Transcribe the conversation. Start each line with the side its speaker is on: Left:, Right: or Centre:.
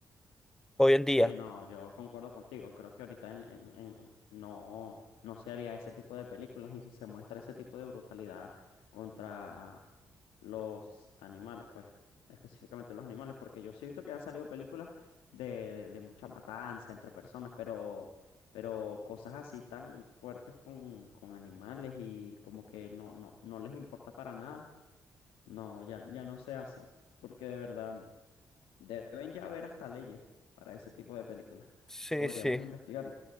Centre: Hoy en día.
Left: Sí, no, yo concuerdo contigo. Creo que ahorita en, en- en- no, no se haría ese tipo de películas y si se muestra ese tipo de brutalidad contra los animales, pues, específicamente los animales, porque yo sí he visto que han salido películas de, de, de mucha matanza entre personas, pero, pero cosas así tan fuertes con, con animales y como que no, no, no les importa para nada, no, ya, ya no se hacen, porque de verdad. Deben ya haber hasta leyes para ese tipo de películas.
Centre: Sí,
Left: Podríamos
Centre: sí.
Left: investigarlo.